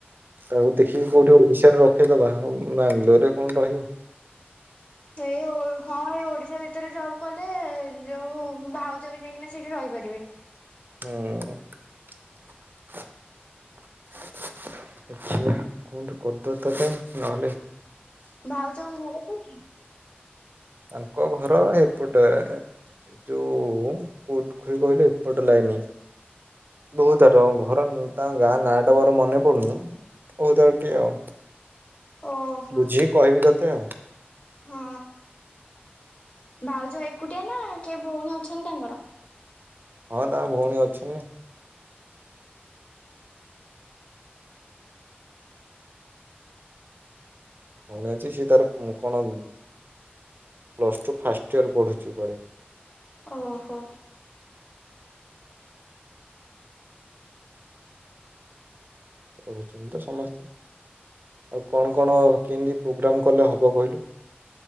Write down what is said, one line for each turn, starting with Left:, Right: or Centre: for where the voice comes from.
Right: ତାକୁ ଦେଖିକି କୋଉଠି ଓଡିଶାର <unintelligible> ଦବା ହଁ ବାଙ୍ଗାଲୋରରେ କଣ ରହିବ।
Left: ଏଇଅ ହଁ ଏଇ ଓଡିଶା ଭିତରେ ଜବ୍ କଲେ ଯୋଉ ଭାଉଜ ବି ଯାଇକିନା ସେଇଠି ରହିପାରିବେ।
Right: ହୁଁ ଦେଖିବା କଣ ଗୋଟେ କର ଦବା ଚଥାପି ନହଲେ
Left: ଭାଉଜଙ୍କ ଘର କୋଉଠି?
Right: ତାଙ୍କ ଘର ହେପଟେ ଯୋଉ କୋଉଠୁ କିଏ କହିଲେ ଏପଟ ଲାଇନି, ବହୁତ ଆ-ରଙ୍ଗ ଘର ତାଙ୍କ ଗାଁ ନାଁ ଟା ମୋର ମନେ ପଡୁନି ବହୁ ତାର ଟି ଆଉ।
Left: ଓହୋ
Right: ବୁଝିକି କହିବି ତତେ ଆଉ।
Left: ହଁ ଭାଉଜ ଏକୁଟିଆ ନା କିଏ ଭଉଣୀ ଅଛନ୍ତି ତାଙ୍କର?
Right: ହଁ ତାଙ୍କ ଭଉଣୀ ଅଛି ନା।
Left: ହଁ
Right: ଭଉଣୀ ଅଛି ସିଏ ତାର ଉଁ, କଣ ପ୍ଲସ୍ ଟୁ ଫାଷ୍ଟ ଇୟର ପଢ଼ୁଛି କୁଆଡ଼େ।
Left: ଓହୋ।
Right: ପଢ଼ୁଚନ୍ତି ତ ସମସ୍ତେ, ଆଉ କଣ କଣ କେମିତି ପ୍ରୋଗ୍ରାମ୍ କଲେ ହବ କହିଲୁ?